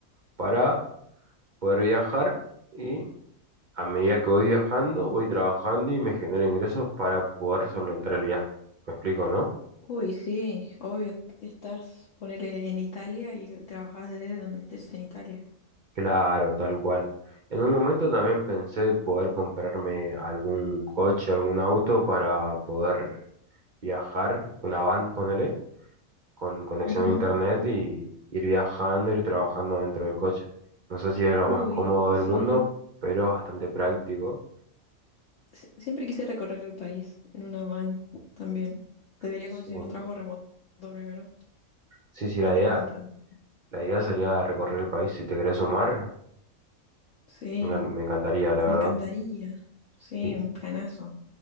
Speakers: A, on the right; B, on the left.
A: para poder viajar y A medida que voy viajando, voy trabajando y me genero ingresos para poder solventar el viaje. ¿Me explico, no?
B: Uy, sí, obvio, estás, ponele en Italia y trabajas desde donde estés en Italia.
A: Claro, tal cual. En un momento también pensé poder comprarme algún coche, algún auto para poder viajar, una van, ponele, con conexión
B: Ujú.
A: a internet y ir viajando, ir trabajando dentro del coche. No sé si es lo
B: Uy,
A: más cómodo
B: sí.
A: del mundo, pero es bastante práctico.
B: si- siempre quise recorrer el país en una van también. Debería
A: Sí,
B: conseguir un trabajo remoto primero.
A: sí, sí,
B: Y
A: la
B: ahí tenemos
A: idea,
B: un plan.
A: la idea sería recorrer el país si te querés sumar.
B: Sí,
A: Me encan- me encantaría, la verdad.
B: me encantaría. Sí,
A: Y,
B: un planazo.